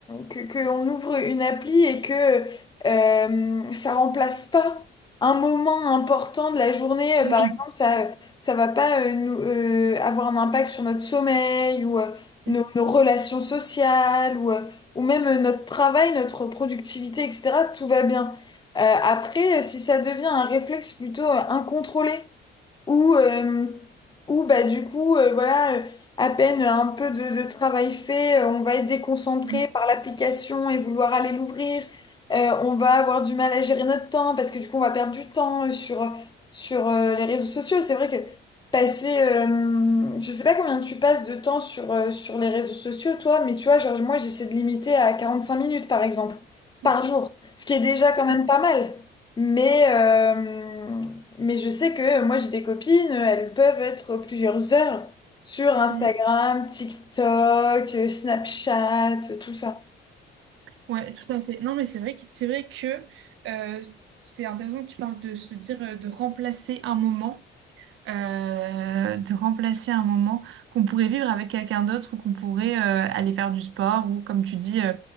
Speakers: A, on the left (about 20°); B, on the right (about 80°).
A: que, que on ouvre une appli et que euh, ça remplace pas un moment important de la journée, euh,
B: Oui.
A: par exemple, ça ça va pas euh, nous, euh, avoir un impact sur notre sommeil ou euh, nos,
B: Mm,
A: nos relations sociales ou, euh, ou même euh, notre travail, notre productivité, etc. Tout va bien. Euh, après, euh, si ça devient un réflexe plutôt euh, incontrôlé, où, euh, où bah, du coup, euh, voilà, euh, à peine un peu de, de travail fait, euh, on va être déconcentré
B: mm,
A: par l'application et vouloir aller l'ouvrir. Euh, on va avoir du mal à gérer notre temps parce que du coup, on va perdre du temps euh, sur, sur euh, les réseaux sociaux. C'est vrai que passer, euh, je sais pas combien tu passes de temps sur, euh, sur les réseaux sociaux, toi, mais tu vois, genre, moi, j'essaie de limiter à 45 minutes, par exemple,
B: mm.
A: par jour, ce qui est déjà quand même
B: Ouais,
A: pas mal. Mais, euh, mais je sais que moi, j'ai des copines, elles peuvent être plusieurs heures sur Instagram,
B: mm.
A: TikTok, Snapchat, tout ça.
B: Ouais, tout à fait. Non, mais c'est vrai que c'est vrai que euh, c'est intéressant que tu parles de se dire euh, de remplacer un moment. euh, de remplacer un moment qu'on pourrait vivre avec quelqu'un d'autre ou qu'on pourrait euh, aller faire du sport ou, comme tu dis, euh,